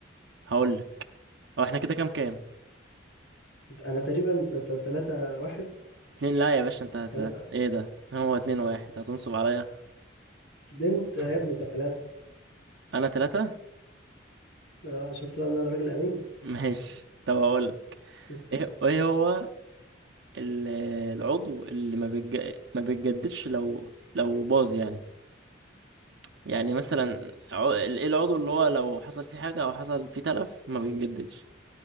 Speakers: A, on the right; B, on the left.
A: هقول لك هو احنا كده كام كام
B: انا تقريبا 3 واحد
A: اتنين لا يا باشا انت هت...
B: 3
A: هت- ايه ده هو اتنين واحد هتنصب عليا
B: انت
A: <clears throat>
B: يا ابني 3
A: انا تلاتة
B: اه شفت بقى ان انا راجل امين
A: ماشي طب هقول
B: <laughs>
A: ايه ايه هو ال- العضو اللي ما بيتج... ما بيتجددش لو لو باظ يعني يعني مثلا
B: طب
A: عو- ال- ايه العضو اللي هو لو حصل فيه حاجة او حصل فيه تلف ما بيتجددش